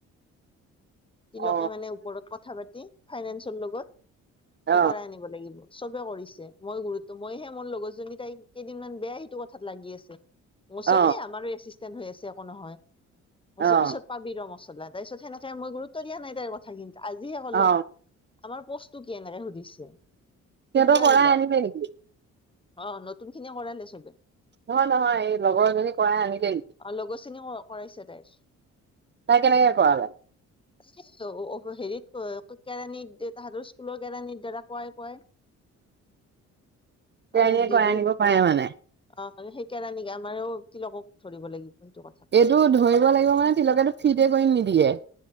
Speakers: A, on the left; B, on the right.
A: তিলকে
B: অ
A: মানে ওপৰত কথা পাতি ফাইনেন্সৰ লগত,
B: অ
A: এইটো কৰাই আনিব লাগিব। চবে কৰিছে। মই গুৰুত্ব- মইহে মোৰ লগৰজনী তাই কেইদিনমান বেয়া সেইটো কথাত লাগি আছে। কৈছে,
B: অ
A: হেই আমাৰো এছিষ্টেণ্ট হৈ আছে, একো নহয়। কৈছোঁ,
B: অ
A: পিছত পাবি ৰ' মছলা। তাৰপিছত সেনেকে মই গুৰুত্ব দিয়া নাই তাইৰ কথাখিনিটো। আজিহে ক'লে।
B: অ
A: আমাৰ পোস্তটো কি এনেকে সুধিছে।
B: সিহঁতৰ
A: তেতিয়া
B: কৰাই
A: ওলাল
B: আনিলে নেকি?
A: অ', নতুনখিনিয়ে কৰালে চবে।
B: নহয় - নহয়। এই লগৰজনী কৰাই আনিলে নেকি?
A: লগৰ চিনি অ' কৰাইছে তাইৰ।
B: তাই কেনেকে কৰালে?
A: <unintelligible> হেৰিত ক- কেৰাণী- তাহাঁতৰ স্কুলৰ কেৰাণীৰ দ্বাৰা কোৱাই - কোৱাই।
B: <inaudible> তেৰাণীয়ে
A: কামোৰ দি
B: কৰাই
A: - দি।
B: আনিব পাৰে
A: অ',
B: মানে
A: সেই কেৰাণী আমাৰো তিলকক ধৰিব লাগিব। সেইটো কথা
B: এইটো ধৰিব লাগিব মানে, তিলকেটো ফ্ৰিতে কৰি নিদিয়ে।